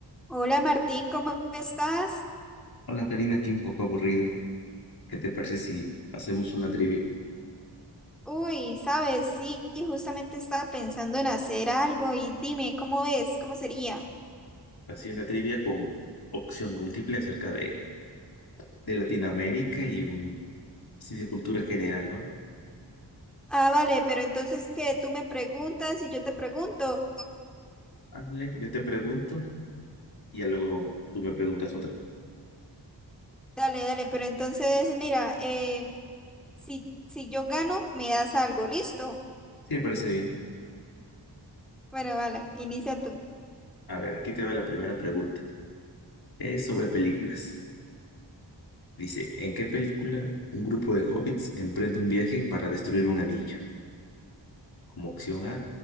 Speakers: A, in the centre; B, on the left.
A: Hola Martín, ¿cómo estás?
B: Hola Karina, aquí un poco aburrido. ¿Qué te parece si hacemos una trivia?
A: Uy, sabes, sí, justamente estaba pensando en hacer algo y dime, ¿cómo es? ¿Cómo sería?
B: Así una trivia con opción múltiple acerca de, de Latinoamérica y un así de cultura general, ¿no?
A: Ah, vale, pero entonces que tú me preguntas y yo te pregunto.
B: Ándale, yo te pregunto y ya luego tú me preguntas otra.
A: Dale, dale, pero entonces mira, eh, si, si yo gano, me das algo, ¿listo?
B: Sí, me parece bien.
A: Bueno, vale, inicia tú.
B: A ver, aquí te va la primera pregunta. Es sobre películas. Dice, ¿en qué película un grupo de hobbits emprende un viaje para destruir un anillo? Como opción A